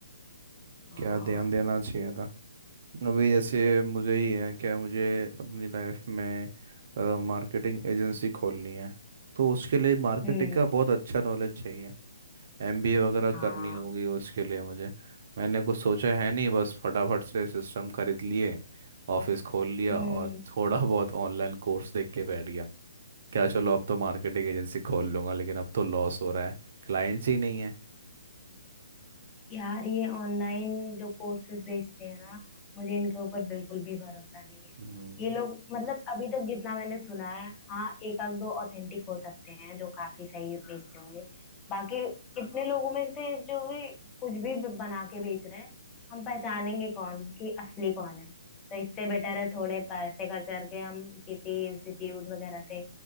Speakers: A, on the left; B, on the right.
A: हाँ
B: क्या ध्यान देना चाहिए था अभी जैसे मुझे ही है क्या मुझे अपनी लाइफ में मार्केटिंग एजेंसी खोलनी है तो उसके लिए मार्केटिंग
A: हम्म
B: का बहुत अच्छा नॉलेज चाहिए एमबीए वगैरह
A: हाँ
B: करनी होगी उसके लिए मुझे मैंने कुछ सोचा है नहीं बस फटाफट से सिस्टम खरीद लिए ऑफिस खोल लिया
A: हम्म
B: और थोड़ा <laughs> बहुत ऑनलाइन कोर्स देख के बैठ गया क्या चलो अब तो मार्केटिंग एजेंसी खोल लूंगा लेकिन अब तो लॉस हो रहा है क्लाइंट्स ही नहीं है
A: यार ये ऑनलाइन जो कोर्सेज बेचते हैं ना मुझे इनके ऊपर बिल्कुल भी भरोसा नहीं है
B: हम्म
A: ये लोग मतलब अभी तक जितना मैंने सुना है हाँ एक आध दो ऑथेंटिक हो सकते हैं जो काफी सही बेचते होंगे बाकी इतने लोगों में से जो भी कुछ भी बना के बेच रहे हैं हम पहचानेंगे कौन कि असली कौन है तो इससे बेटर है थोड़े पैसे खर्च करके हम किसी इंस्टीट्यूट वगैरह से